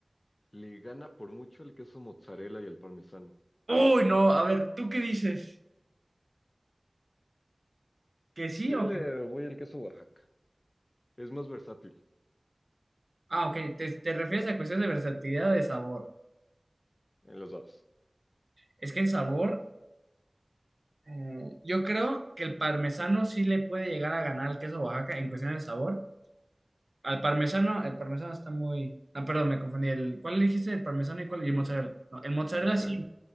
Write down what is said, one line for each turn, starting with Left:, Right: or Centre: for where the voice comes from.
Left: Le gana por mucho el queso mozzarella y el parmesano.
Right: Uy, no, a ver, ¿tú qué dices? ¿Que sí
Left: Yo
Right: o
Left: le
Right: que...?
Left: voy al queso Oaxaca. Es más versátil
Right: Ah, ok, te, te refieres a cuestiones de versatilidad o de sabor.
Left: en los dos.
Right: Es que en sabor, eh, yo creo que el parmesano sí le puede llegar a ganar al queso Oaxaca en cuestiones de sabor. Al parmesano, el parmesano está muy... Ah, perdón, me confundí. El, ¿cuál le dijiste? El parmesano y cuál... Y el mozzarella. No, el mozzarella
Left: No
Right: sí.
Left: sé.